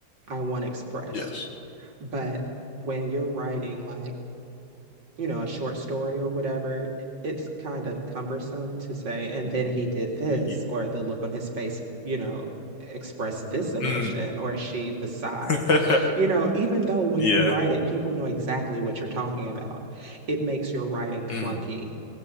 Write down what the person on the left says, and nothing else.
Yes.
Yeah.
Mm.
<laughs>
Yeah.
Mm.